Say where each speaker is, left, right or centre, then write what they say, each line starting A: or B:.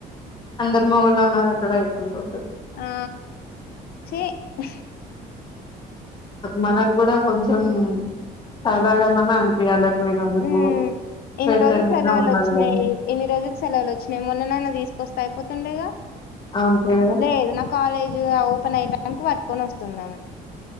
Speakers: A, on the left; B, on the left.
A: అందర్మగంలో ఉన్నక్కడ అయితు ఉంటు
B: ఆ చి <unintelligible>
A: మనకు కూడా కొంచెము సరదాగనన్న అనిపియాలి పోయినందుకు
B: ఉ ఇన్ని
A: స్వేచ్ఛగానే
B: రోజులు సెలవులు
A: ఉండాలి
B: వచ్చినాయి
A: కదా
B: ఇన్ని ఉ ఉ యిన్ని రోజులు సెలవులు వచ్చినాయి యిన్ని రోజులు సెలవులు వచ్చినాయి మొన్ననైనా తీసుకొస్తా అయిపోతుండేగా
A: అంతే కదా
B: లేదు నా కాలేజీ ఆ ఓపెన్ అయి మంకు వట్టుకొని వస్తుంది ఆమె